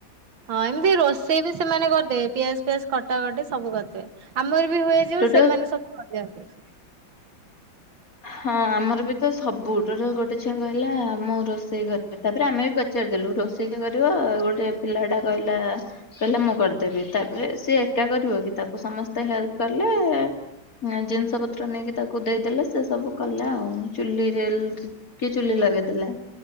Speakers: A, on the right; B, on the left.
A: ହଁ ଏମିତି ରୋଷେଇ ବି ସେମାନେ କରିଦେବେ ପିଆଜ ପିଆଜ କଟା କଟି ସବୁ କରିଦେବେ। ଆମର ବି ହୁଏ ଯୋଉ
B: ଟୋଟାଲ
A: ସେମାନେ ସବୁ କରି ଦିଅନ୍ତି।
B: ହଁ ଆମର ବି ତ ସବୁ ଟୋଟାଲ୍ ଗୋଟେ ଛୁଆ କହିଲା ମୁଁ ରୋଷେଇ କରିବି ତାପରେ ଆମେ ବି ପଚ ପଚାରିଦେଲୁ ରୋଷେଇ କିଏ କରିବ ଗୋଟେ ପିଲାଟା କହିଲା। କହିଲା ମୁଁ କରିଦେବି‌ ତାପରେ ସିଏ ଏକା କରିବ କି ତାକୁ ସମସ୍ତେ ହେଲ୍ପ କଲେ। ନାଁ ଜିନିଷ ପତ୍ର ନେଇକି ତାକୁ ଦେଇଦେଲେ। ସେ ସବୁ କଲା ଆଉ ଚୁଲିରେ କିଏ ଚୁଲି ଲଗେଇଦେଲା।